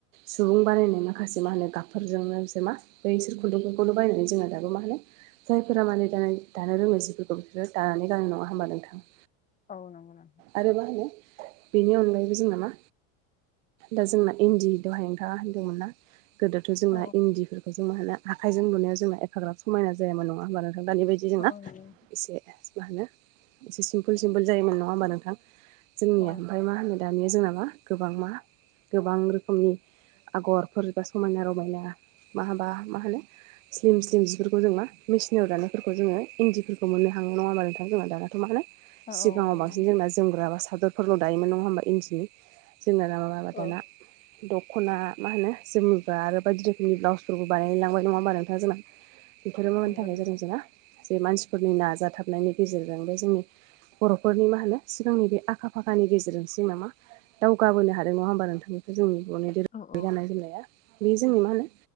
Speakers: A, on the right (about 70°); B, on the left (about 20°).
A: सुबुं बानायायनाय माखासे मा होनो गाबफोरजोंनो मा बे इसोर खुन्दुंफोरखौनो बायनानै जोंना दाबो मा होनो जायफोरा माने दा दानो रोङो जिफोरखौ बिसोरो दानानै गानो नङा होमबा नोंथां।
B: औ नंगौ नोंथां
A: आरो मा होनो बेनि अनगायैबो जोंहा मा दा जोंना इन्दि दहाय नोंथाङा होनदोंमोन ना गोदोथ' जोंना
B: औ
A: इन्दिफोरखौ आखाइजों मा होन आखाइजों लुनायाव जोंङ एफाग्राब समायना जायाबोन नङा होमबा नों दानि बायदि जोंना
B: औ औ नंगौ
A: एसे मा होनो एसे सिमपोल सिमपोल जायोमोन नङा होमबा नोंथां जोंनिया
B: औ
A: ओमफ्राय मा होनो दानिया जोंना मा गोबां मा गोबां रोखोमनि आगरफोरबो समायना रमायना मा हाबा मा होनो स्लिम स्लिम जिफोरखौ जों मा मेसिनाव दानायफोरखौ जोङो इन्दिफोरखौ मोननो हाङ नङा होनोमा नोंथां जोंहा दानाथ' मा होनो
B: औ
A: सिगाङाव
B: औ नंगौ
A: बांसिन जोंना जोमग्रा बा सादरफोरल' दायोमोन नङा होमबा इन्दिनि जोंना ना माबा माबा
B: औ
A: दाना दख'ना मा होनो जोमनिब्रा आरो बायदि रोखोम जोंनि ब्लाउसफोरखौ बानायलांबाय नङा होमबा नोंथां जोंना बेफोरो मानि
B: नंगौ
A: थाखाय
B: नोंथां।
A: जादों जोंना जे मानसिफोरनि नाजाथाबनायनि गेजेरजों बे जोंनि बर'फोरनि मा होनो सिगांनि बे आखा फाखानि गेजेरजोंसो नामा दावगाबोनो हादों नङा होमबा नोंथांमोन। जोंनि बर'नि दोरोङारि
B: औ औ
A: गाननाय जोमनाया बे जोंनि मा होनो